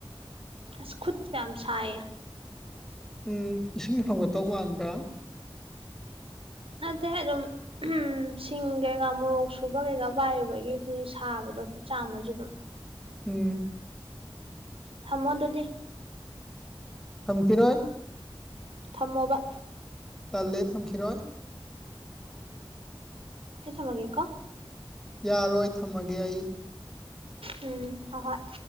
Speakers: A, on the right; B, in the centre.
A: ꯑꯁ ꯈꯠ ꯆ ꯌꯥꯝꯁꯑꯌꯦ
B: ꯎꯝ ꯏꯁꯤꯡ ꯐꯪꯒꯠꯇꯧ ꯃꯥꯟꯕ꯭ꯔꯥ
A: ꯑꯗ ꯑꯗꯨꯝ ꯎꯝ ꯁꯤꯡ ꯀꯩꯀꯥ ꯃꯣꯔꯣꯛ ꯁꯨꯕ ꯀꯩꯀꯥ ꯄꯥꯏꯨꯕꯒꯤ ꯑꯩꯈꯣꯏ ꯁꯥꯕꯗꯣ ꯈꯨꯠ ꯆꯥꯝꯃꯁꯨ ꯑꯗꯨꯝ
B: ꯎꯝ
A: ꯊꯝꯃꯣ ꯑꯗꯨꯗꯤ
B: ꯊꯝꯈꯤꯔꯣꯏ
A: ꯊꯝꯃꯣꯕ
B: ꯇꯜꯂꯦ ꯊꯝꯈꯤꯔꯣꯏ
A: ꯀꯆ ꯃꯒꯦꯀꯣ
B: ꯌꯥꯔꯣꯏ ꯊꯝꯃꯒꯦ ꯑꯩ
A: ꯎꯝ ꯍꯍꯣꯏ